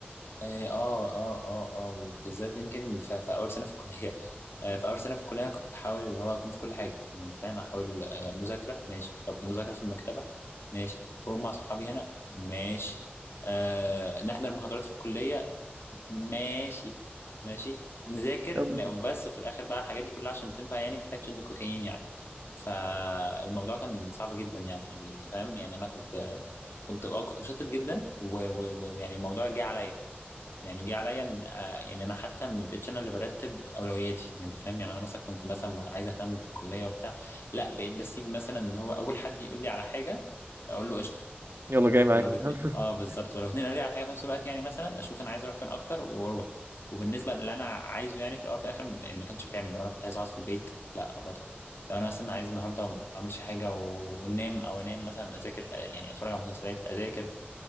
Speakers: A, on the left (about 85°); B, on the right (about 70°).
A: اه اه اه اه آه، وبالذات يمكن ف- في اول سنه في الكليه <laughs> آه، في اول سنه في الكليه انا كنت بحاول اللي هو اكون في كل حاجه يعني انت فاهم احاول آه، مذاكره ماشي طب مذاكره في المكتبه ماشي خروج مع اصحابي هنا ماشي آه نحضر محاضرات في الكليه ماشي ماشي نذاكر
B: يلا
A: م- وبس في الاخر بقى الحاجات دي كلها عشان تنفع يعني محتاج شد كوكايين يعني فالموضوع كان صعب جدا يعني انت فاهم يعني انا كنت كنت اه كنت مشتت جدا و- و- و- ويعني الموضوع جه عليا يعني جه عليا إن- آه، يعني انا حتى ما بقتش انا اللي برتب اولوياتي يعني انت فاهم يعني انا مثلا كنت مثلا عايز اهتم بالكليه وبتاع لا بقيت بسيب مثلا ان هو اول حد يقول لي على حاجه اقول له قشطه
B: يلا جاي معاك
A: ولو اتنين
B: <laughs>
A: اه بالظبط ولو اتنين قالوا لي على حاجه في نفس الوقت يعني مثلا اشوف انا عايز اروح فين اكتر واروح وبالنسبه اللي انا عايزه يعني في الاول وفي الاخر يعني ما كانش بيتعمل لو انا كنت عايز اقعد في البيت لا برضه لو انا مثلا عايز النهارده ما اعملش حاجه و- وننام او انام مثلا اذاكر آه، يعني اتفرج على مسلسلات اذاكر